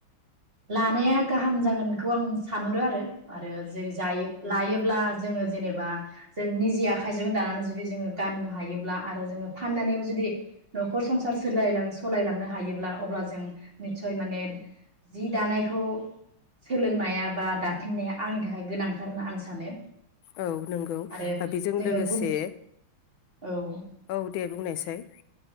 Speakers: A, on the right; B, on the left.
A: लानाया गाहाम जागोनखौ आं सानहरो आरो आरो जेरै जायो लायोब्ला जोङो जेनेबा जों निजि आखाइजों दानानै जुदि जोङो गाननो हायोब्ला आरो जोङो फाननानैबो जुदि न'खर संसार सोलायलां सलायलांनो हायोब्ला अब्ला जों निस्सय माने जि दानायखौ सोलोंनाया बा दाफिननाया आंनि थाखाय गोनांथार होनना आं सानो
B: औ नंगौ
A: आरो
B: ओ बेजों
A: जोङो
B: लोगोसे
A: गुब औ
B: औ दे बुंनाय साय